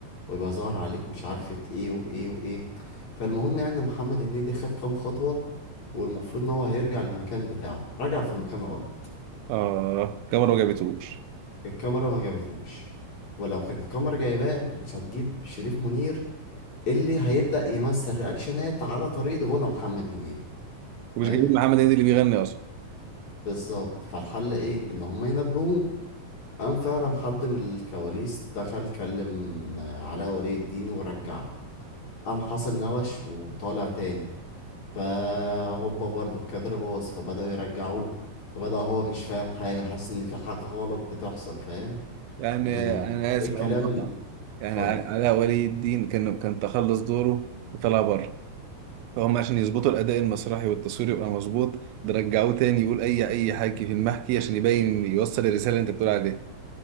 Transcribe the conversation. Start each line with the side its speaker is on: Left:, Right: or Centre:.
Left: ويبقى ظاهر عليك مش عارفة ايه وايه وايه فالمهم يعني محمد هنيدي خد كام خطوة والمفروض ان هو هيرجع للمكان بتاعه رجع في المكان غلط
Right: اه كاميرا ما جابتهوش
Left: الكاميرا ما جابتهوش ولو كانت الكاميرا جايباه ما كانتش هتجيب شريف منير اللي هيبدأ يمثل رياكشنات على طريقة غنى محمد هنيدي
Right: ومش
Left: فاهم
Right: جايبين محمد هنيدي اللي بيغني اصلا
Left: بالظبط فالحل ايه ان هم ينبهوه قام فعلا حد من الكواليس دخل كلم آه، علاء ولي الدين ورجعه قام حصل نوش وطالع تاني فهوبا برضو الكادر باظ فبدأوا يرجعوه فبدأ هو مش فاهم حاجة حاسس إن في حاجة غلط بتحصل فاهم
Right: يعني
Left: يعني
Right: انا اسف
Left: الكلام
Right: على المقاطعه
Left: اللي
Right: يعني
Left: اتفضل
Right: عل- علاء ولي الدين كان كان تخلص دوره وطلع بره فهم عشان يظبطوا الاداء المسرحي والتصوير يبقى مظبوط ده رجعوه تاني يقول اي اي حكي في المحكي عشان يبين يوصل الرساله اللي انت بتقول عليها